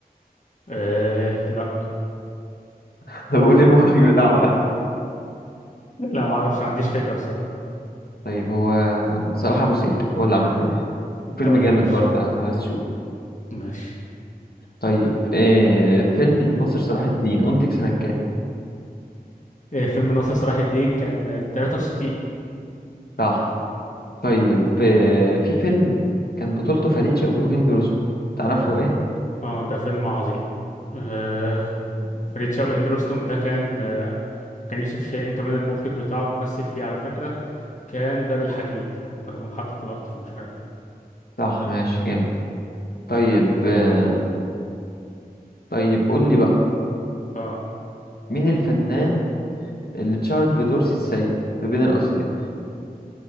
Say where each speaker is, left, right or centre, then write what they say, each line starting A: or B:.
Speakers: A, on the left; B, on the left.
A: إيه لا
B: <laughs> طب قول لي المخرج بتاعه
A: لا معرفش ما عنديش فكرة بصراحة
B: طيب هو صلاح ابو سيف هو اللي عمل فيلم فيلم
A: طيب
B: جامد
A: ماشي
B: برضه يعني لو عايز تشوفه
A: ماشي
B: طيب آه فيلم الناصر صلاح الدين انتج سنة كام
A: إيه فيلم ناصر صلاح الدين كان آه، 63
B: صح طيب آه في فيلم كان بطولته فريد شوقي وهند رستم تعرفه ايه
A: اه ده فيلم عظيم آه، فريد شوقي هند رستم ده كان كان يوسف شاهين كمان المخرج بتاعه ممثل فيه على فكرة كان باب الحديد لما كنا في محطة القطر ومش عارف ايه
B: صح ماشي جامد طيب آه طيب قول لي بقى
A: اه
B: مين الفنان اللي اتشهر بدور سي السيد في بين القصرين